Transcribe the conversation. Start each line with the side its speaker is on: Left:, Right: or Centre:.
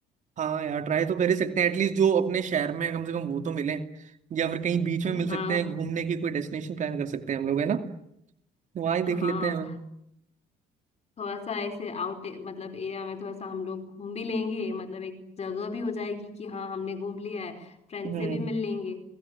Right: हाँ यार ट्राई तो कर ही सकते हैं एटलीस्ट जो अपने शहर में है, कम से कम वो तो मिले या फिर कहीं बीच
Left: और
Right: में मिल
Left: हाँ
Right: सकते हैं घूमने की कोई डेस्टिनेशन प्लान कर सकते हैं हम लोग है ना वहाँ ही देख
Left: हाँ
Right: लेते हैं
Left: थोड़ा सा ऐसे आउट मतलब एरिया में थोड़ा सा हम लोग घूम भी लेंगे मतलब एक जगह भी हो जाएगी कि हाँ हमने घूम लिया है फ्रेंड
Right: हम्म
Left: से भी मिल लेंगे